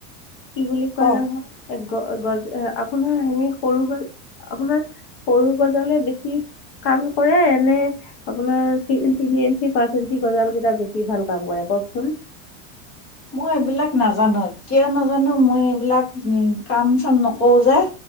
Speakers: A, on the left; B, on the left.
A: কি বুলি কয়
B: ক
A: নহয় গ গজ আপোনাৰ সেনে সৰু গ আপোনাৰ সৰু গজলে বেছি কাম কৰে এনে আপোনাৰ তিনি ইঞ্চি পাঁচ ইঞ্চি গজাল কেইটা বেছি ভাল কাম কৰে। কওঁকচোন।
B: উ <unintelligible> মই এইবিলাক নাজানো, কিয় নাজানো মই এইবিলাক উ কাম চাম নকৰো যে।